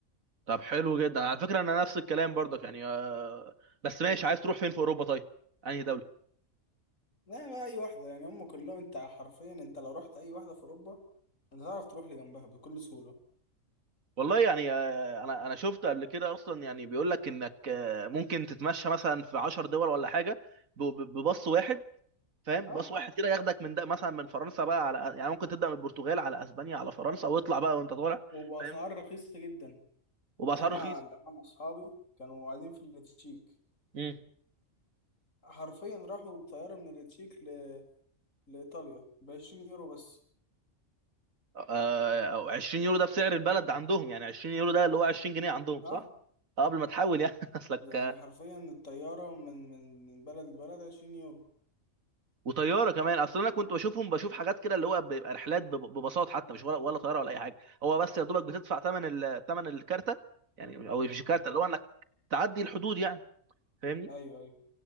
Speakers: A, on the right; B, on the left.
A: طب حلو جدا على فكره انا نفس الكلام برضك يعني آه، بس ماشي عايز تروح فين في اوروبا طيب انهي دوله
B: لا بقى أي واحدة يعني هم كلهم أنت حرفيا أنت لو رحت أي واحدة في أوروبا أنت تعرف تروح لجنبها بكل سهولة
A: والله يعني آه، انا انا شفت قبل كده اصلا يعني بيقول لك انك آه، ممكن تتمشى مثلا في 10 دول ولا حاجه ب- ب- بباص واحد فاهم
B: أه
A: باص واحد كده ياخدك من ده مثلا من فرنسا بقى على يعني ممكن تبدا من البرتغال على اسبانيا على فرنسا واطلع بقى وانت طالع
B: وبأسعار
A: فاهم
B: رخيصة جدا
A: وباسعار
B: يعني أنا
A: رخيصه
B: جماعة أصحابي كانوا قاعدين في التشيك
A: امم
B: حرفيا راحوا بطيارة من التشيك ل... لإيطاليا بعشرين يورو بس
A: آه 20 يورو ده بسعر البلد عندهم يعني 20 يورو ده اللي هو 20 جنيه عندهم
B: أه
A: صح؟ آه، قبل ما تحول يعني <laughs> اصلك
B: يعني حرفيا الطيارة من من من بلد لبلد عشرين يورو
A: وطياره كمان اصل انا كنت بشوفهم بشوف حاجات كده اللي هو بيبقى رحلات بب- بباصات حتى مش ولا ولا طياره ولا اي حاجه هو بس يا دوبك بتدفع ثمن ثمن الكارته يعني او مش الكارته
B: مم.
A: اللي هو انك تعدي الحدود يعني فاهمني
B: أيوه أيوه